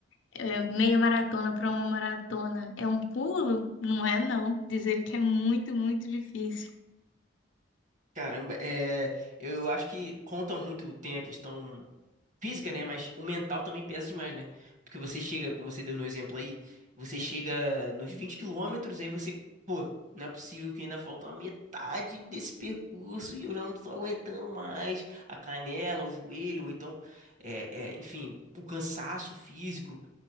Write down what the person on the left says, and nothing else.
é, meia maratona para uma maratona é um pulo, não é, não. Diz ele que é muito, muito difícil.